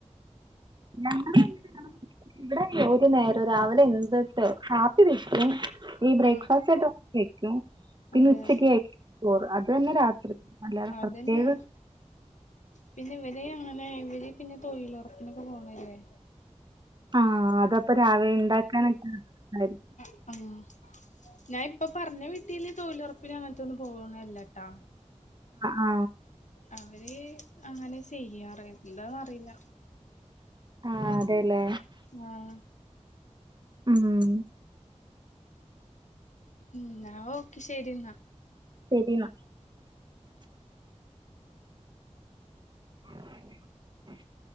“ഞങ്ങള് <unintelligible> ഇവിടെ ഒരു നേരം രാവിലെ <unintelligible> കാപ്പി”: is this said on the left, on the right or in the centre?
Right